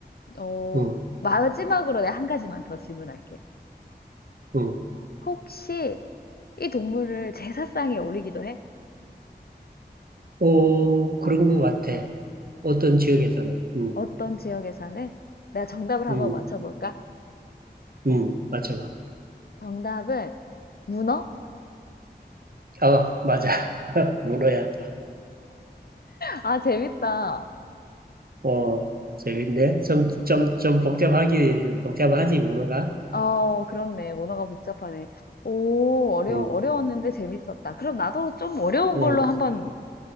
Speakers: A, on the left (about 65°); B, on the right (about 60°).
A: 어,
B: 응,
A: 마지막으로 내가 한 가지만 더 질문할게.
B: 응.
A: 혹시 이 동물을 제사상에 올리기도 해?
B: 오, 그런 것 같아. 어떤 지역에서는. 응,
A: 어떤 지역에서는? 내가 정답을 한번
B: 응,
A: 맞춰볼까?
B: 응. 맞춰봐.
A: 정답은 문어?
B: 어, 맞아. <laughs> 문어야.
A: 아, 재밌다.
B: 어, 재밌네. 좀, 좀, 좀 복잡하긴, 복잡하지, 문어가.
A: 어, 그렇네. 문화가 복잡하네. 오, 어려,
B: 응,
A: 어려웠는데 재밌었다. 그럼 나도 좀 어려운
B: 응.
A: 걸로 한번